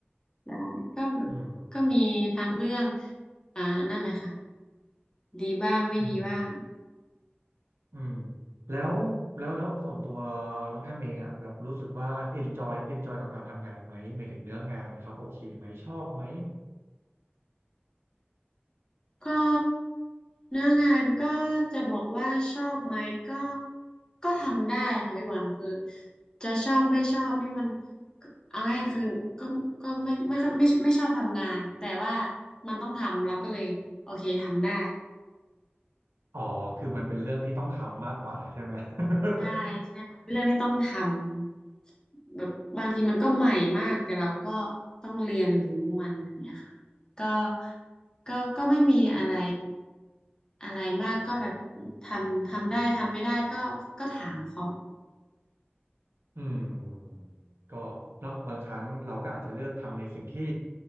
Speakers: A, on the left; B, on the right.
A: ได้ก็แบบก็มีทั้งเรื่อง
B: อืม
A: อ่านั่นแหละค่ะ ดีบ้างไม่ดีบ้าง
B: อืมอืมแล้วแล้วแล้วส่วนตัวน้องแอมเองอ่ะแบบรู้สึกว่า enjoy enjoy กับการทำงานไหมหมายถึงเนื้องานนะครับโอเคไหมชอบไหม
A: ก็เนื้องานก็จะบอกว่าชอบไหมก็ก็ทำได้ค่ะพี่บอลคือจะชอบไม่ชอบนี่มันเอาง่ายคือก็ก็ไม่ไม่ไม่ไม่ชอบทำงานแต่ว่ามันต้องทำเราก็เลยโอเคทำได้
B: อ๋อคือมันเป็นเรื่องที่ต้องทำมากกว่าใช่ไหม <laughs>
A: ใช่ใช่ค่ะเป็นเรื่องที่ต้องทำแบบบางทีมันก็ใหม่มากแต่เราก็ต้องเรียนรู้มันแบบเนี้ยค่ะก็ก็ก็ไม่มีอะไรอะไรมากก็แบบทำทำได้ทำไม่ได้ก็ก็ถามเขา
B: อืมก็เนาะบางครั้งเราก็อาจจะเลือกทำในสิ่งที่